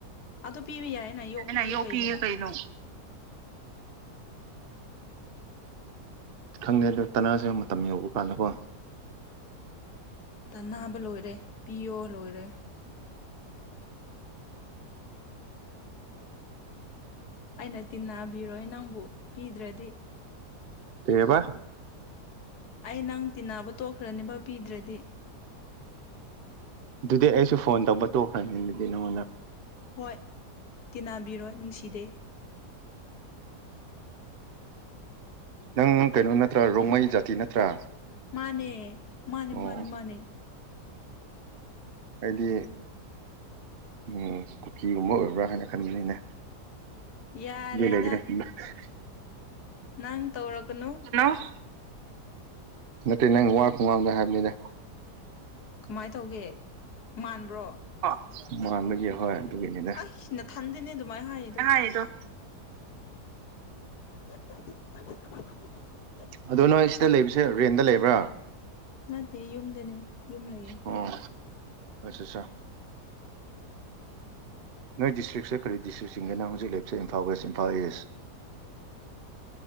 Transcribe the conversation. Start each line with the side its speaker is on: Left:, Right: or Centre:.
Left: ꯑꯗꯨ ꯄꯤꯕ ꯌꯥꯏꯌꯦꯅ ꯌꯣꯛꯄꯤꯒꯦ
Right: ꯑꯩꯅ ꯌꯣꯛꯄꯤꯌꯦ
Left: ꯀꯩꯅꯣ
Right: ꯀꯩꯅꯣ ꯈꯪꯗꯦ ꯑꯗꯨ ꯇꯥꯟꯅꯁꯦ ꯃꯇꯝ ꯌꯧꯕ ꯀꯥꯟꯗꯀꯣ
Left: ꯇꯥꯟꯅꯕ ꯂꯣꯏꯔꯦ ꯄꯤꯌꯣ ꯂꯣꯏꯔꯦ ꯑꯩꯅ ꯇꯤꯟꯅꯕꯤꯔꯣꯏ ꯅꯪꯕꯨ ꯄꯤꯗ꯭ꯔꯗꯤ
Right: ꯀꯩꯑꯥꯕ
Left: ꯑꯩ ꯅꯪ ꯇꯤꯟꯅꯕ ꯇꯣꯛꯈ꯭ꯔꯅꯦꯕ ꯄꯤꯗ꯭ꯔꯗꯤ
Right: ꯑꯗꯨꯗꯤ ꯑꯩꯁꯨ ꯐꯣꯟ ꯇꯧꯕ ꯇꯣꯛꯈ꯭ꯔꯅꯤ ꯑꯗꯨꯗꯤ ꯅꯉꯣꯟꯗ
Left: ꯍꯣꯏ ꯇꯤꯟꯅꯕꯤꯔꯣꯏ ꯅꯨꯡꯁꯤꯗꯦ
Right: ꯅꯪ ꯀꯩꯅꯣ ꯅꯠꯇ꯭ꯔꯥ ꯔꯣꯡꯃꯩ ꯖꯥꯇꯤ ꯅꯠꯇ꯭ꯔꯥ
Left: ꯃꯥꯟꯅꯦ ꯃꯥꯅꯦ
Right: ꯑꯣ
Left: ꯃꯥꯅꯦ ꯃꯥꯅꯦ
Right: ꯑꯩꯗꯤ ꯎꯝ ꯀꯨꯀꯤꯒꯨꯝꯕ ꯑꯣꯏꯕ꯭ꯔꯥ ꯍꯥꯏꯅ ꯈꯟꯕꯅꯤꯅꯦ
Left: ꯌꯥꯔꯦꯗ
Right: <unintelligible>
Left: ꯅꯪ ꯇꯧꯔꯛꯀꯅꯨ
Right: ꯍꯜꯂꯣ ꯅꯠꯇꯦ ꯅꯪ ꯋꯥ ꯈꯨꯉꯥꯡꯗꯣ ꯍꯥꯏꯕꯅꯤꯗ
Left: ꯀꯃꯥꯏ ꯇꯧꯒꯦ ꯃꯥꯟꯕ꯭ꯔꯣ
Right: ꯑꯣ ꯃꯥꯟꯕꯒꯤ ꯍꯣꯏ ꯑꯗꯨꯒꯤꯅꯤꯗ
Left: ꯑꯩꯁ ꯅꯊꯟꯗꯅꯦ ꯑꯗꯨꯃꯥꯏꯅ ꯍꯥꯏꯔꯤꯗꯣ
Right: ꯍꯥꯏꯗꯣ
Left: <unintelligible>
Right: ꯑꯗꯨ ꯅꯣꯏ ꯁꯤꯗ ꯂꯩꯕ ꯁꯦ ꯔꯦꯟꯗ ꯂꯩꯕ꯭ꯔꯥ
Left: ꯅꯠꯇꯦ ꯌꯨꯝꯗꯅꯦ ꯌꯨꯝ ꯂꯩꯌꯦ
Right: ꯑꯣ ꯑꯆꯥ ꯆꯥ ꯅꯣꯏ ꯗꯤꯇ꯭ꯔꯤꯛꯁꯦ ꯀꯔꯤ ꯗꯤꯁ꯭ꯔꯤꯛ ꯆꯤꯡꯒꯦ ꯅꯪ ꯍꯧꯖꯤꯛ ꯂꯩꯕꯁꯦ ꯏꯝꯐꯥ ꯋꯦꯁ ꯏꯝꯐꯥꯜ ꯏꯁ